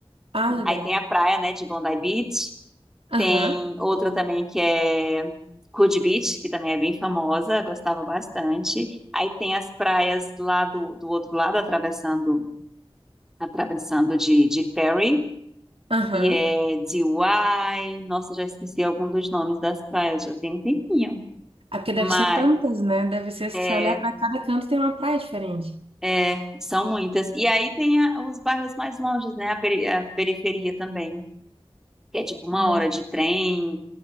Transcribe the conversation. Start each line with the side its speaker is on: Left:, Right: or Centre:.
Right: Ah, legal.
Centre: Aí tem a praia, né, de Bondi Beach.
Right: Aham.
Centre: Tem outra também que é Coogee Beach, que também é bem famosa, gostava bastante. Aí tem as praias lá do, do outro lado, atravessando, atravessando de, de ferry,
Right: Aham.
Centre: e é Dewey. Nossa, já esqueci algum dos nomes das praias, já tem um tempinho.
Right: É porque
Centre: Mas
Right: deve ser tantas, né? Deve ser, se
Centre: é,
Right: você olhar pra cada canto, tem uma praia diferente.
Centre: é, são muitas. E aí tem a- os bairros mais longes, né? A, peri- a periferia também, que é tipo uma
Right: Ah,
Centre: hora de trem,